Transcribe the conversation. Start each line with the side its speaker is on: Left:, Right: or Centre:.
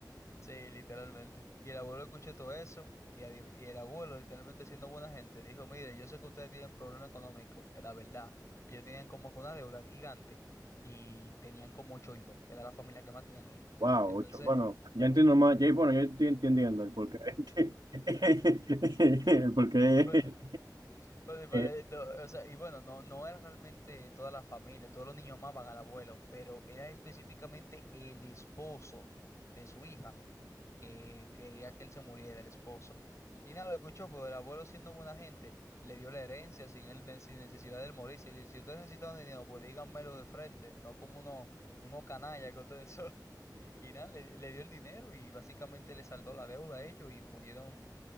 Left: sí, literalmente. Y el abuelo escuchó todo eso y, adiv- y el abuelo, literalmente siendo buena gente, dijo, mire, yo sé que ustedes tienen problema económico, es la verdad. Ellos tenían como que una deuda gigante y tenían como ocho hijos, era la familia que más tenían hijos.
Right: Wow,
Left: Entonces...
Right: ocho. Bueno, ya entiendo más. Ya, bueno, yo estoy entendiendo el porqué. <laughs> El porqué.
Left: <laughs> Oye, pero,
Right: <laughs>
Left: no, o sea, y bueno, no, no era realmente toda la familia, todos los niños amaban al abuelo, pero era específicamente el esposo de su hija que quería que él se muriera, el esposo. Y nada, lo escuchó, pero el abuelo siendo buena gente, le dio la herencia sin él, ne- sin necesidad de él morirse. Y le dijo, si ustedes necesitan dinero, pues díganmelo de frente, no como uno, uno canalla que ustedes son. <laughs> Y nada, le, le dio el dinero y básicamente le saldó la deuda a ellos y pudieron